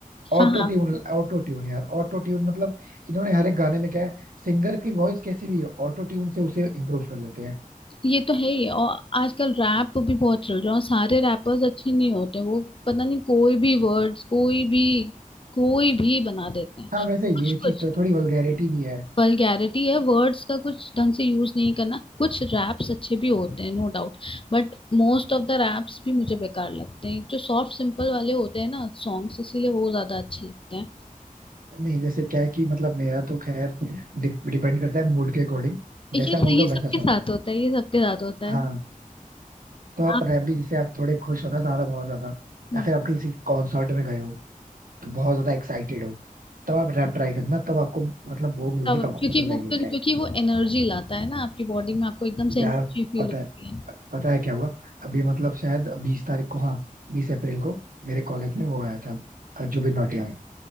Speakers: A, on the right; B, on the left.
A: ऑटो
B: हाँ हाँ
A: ट्यून ऑटो ट्यून यार ऑटो ट्यून मतलब इन्होंने हर एक गाने में क्या है सिंगर की वॉइस कैसी भी हो ऑटो ट्यून से उसे इम्प्रूव कर लेते हैं
B: ये तो है ही और आजकल रैप भी बहुत चल रहा है और सारे रैपर्स अच्छे नहीं होते वो पता नहीं कोई भी वर्ड्स कोई भी कोई भी बना देते हैं
A: हाँ वैसे ये
B: कुछ
A: चीज
B: कुछ
A: तो है, थोड़ी वल्गैरिटी भी है
B: वल्गैरिटी है वर्ड्स का कुछ ढंग से यूज नहीं करना कुछ रैप्स अच्छे भी होते हैं no doubt But most of the raps भी मुझे बेकार लगते हैं जो सॉफ्ट सिंपल वाले होते हैं ना सॉन्ग्स इसीलिए वो ज्यादा अच्छे लगते हैं
A: नहीं जैसे क्या है कि मतलब मेरा तो खैर डिपेंड करता है मूड के अकॉर्डिंग
B: ये
A: जैसा मूड
B: ये
A: हो
B: सबके
A: वैसा
B: साथ
A: सॉन्ग
B: होता है ये सबके साथ होता है
A: हाँ तो आप
B: आप
A: रैप भी जैसे आप थोड़े खुश हो ना ज्यादा बहुत ज्यादा
B: हम्म।
A: या फिर आप किसी कॉन्सर्ट में गए हो तो बहुत ज्यादा एक्साइटेड हो तब आप रैप ट्राई करना तब आपको मतलब वो म्यूजिक
B: तब
A: आपको
B: क्योंकि
A: पसंद
B: वो
A: आएगी
B: फिर
A: इस टाइम
B: क्योंकि वो एनर्जी लाता है ना आपकी बॉडी में आपको एकदम
A: पे
B: से एनर्जी
A: यार
B: फील
A: पता
B: होती
A: है
B: है
A: पता है क्या हुआ अभी मतलब शायद बीस तारीख को हाँ बीस अप्रैल को मेरे कॉलेज में वो आया था अ, जुबिन नौटियाल